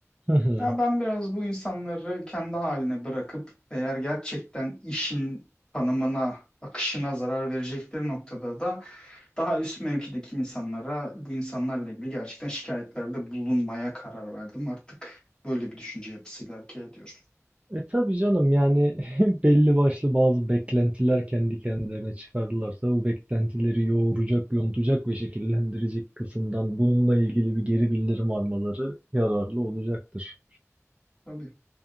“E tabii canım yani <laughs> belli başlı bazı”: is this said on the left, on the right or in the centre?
Right